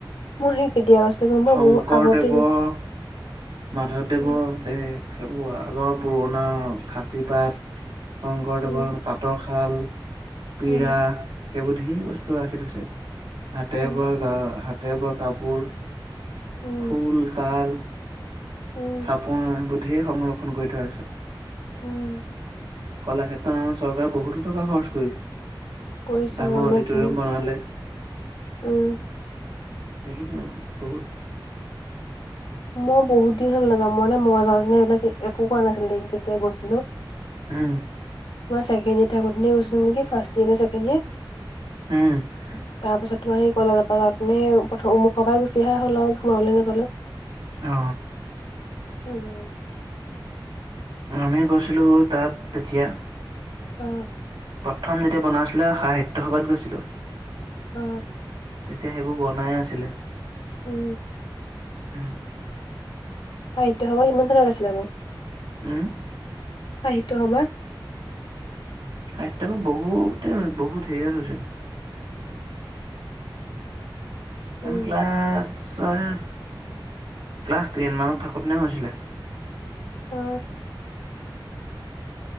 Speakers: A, on the left; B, on the right.
A: মই
B: <unintelligible>
A: সেই কেতিয়া গৈছিলোঁ গম পোৱা
B: শংকৰদেৱৰ,
A: বহুত আগতে গৈছিলোঁ।
B: মাধৱদেৱৰ
A: উম,
B: <unintelligible> <unintelligible> সেইবোৰ আগৰ পুৰণা সাঁচি পাত, শংকৰদেৱৰ
A: উম,
B: তাঁতৰ শাল, পিৰা
A: উম,
B: সেইবোৰ সেই বস্তু ৰাখি থৈছে। <inaudible> হাতে
A: উম,
B: বোৱা গা হাতে বোৱা কাপোৰ,
A: উম,
B: খোল, তাল <unintelligible>
A: উম,
B: থাপন সেইবোৰ ধেই সংৰক্ষণ কৰি থোৱা হৈছে। <unintelligible>
A: উম! <unintelligible>
B: কলাক্ষেত্ৰৰ নামত চৰকাৰে বহুতো টকা খৰচ কৰিছে,
A: কৰি চাওঁ
B: ডাঙৰ
A: ইমান
B: অডিটৰিয়াম
A: ধুনীয়া
B: বনালে। <unintelligible>
A: উম। <inaudible>
B: দেখিছা বহুত <unintelligible>
A: মই বহুত দিন হ'ল নোযাৱা। মই যাওঁতে নে এইবিলাক একো কোৱা নাছিল যেতিয়া গৈছিলোঁ। <unintelligible>
B: উম। <unintelligible>
A: মই ছেকেণ্ড ইয়েৰত থাকোঁতে গৈছিলোঁ নেকি ফাৰ্ষ্ট ইয়েৰ নে ছেকেণ্ড ইয়েৰ <unintelligible>
B: উম <unintelligible>
A: তাৰ পাছত তোমাৰ সেই কলজৰ পৰা যাওঁতে নে <unintelligible> মুখৰ পৰা গুচি আহাই হ'ল আৰু সোমাবলৈ নাপালোঁ।
B: অ।
A: উম।
B: আমি গৈছিলোঁ তাত তেতিয়া,
A: অ।
B: প্ৰথম যেতিয়া বনাইছিলে সাহিত্য সভাত গৈছিলো।
A: অঁ।
B: তেতিয়া সেইবোৰ বনাইে আছিলে।
A: উম।
B: উম।
A: সাহিত্য সভা কিমান চনত আছিলে বাও?
B: উম।
A: সাহিত্য সভা
B: সাহিত্য সভা বহুতে বহুত হেৰিয়ত হৈছিলে।
A: উম
B: আমি ক্লাছ ছয়, ক্লাছ টেন মানত থাকোতেনে হৈছিলে।
A: অ।